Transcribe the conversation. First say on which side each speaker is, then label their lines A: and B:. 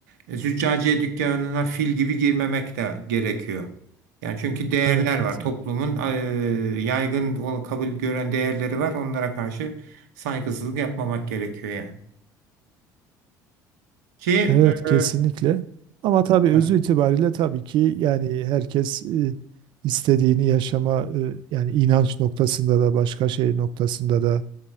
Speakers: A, on the right; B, on the right.
A: züccaciye dükkanına fil gibi girmemek de gerekiyor. Yani çünkü değerler
B: Evet.
A: var. Toplumun eee, yaygın ol- kabul gören değerleri var. Onlara karşı saygısızlık yapmamak gerekiyor yani. Ki
B: Evet
A: e,
B: kesinlikle. Ama tabii özü
A: e, evet,
B: itibariyle tabii ki yani herkes e, istediğini yaşama e, yani inanç noktasında da başka şey noktasında da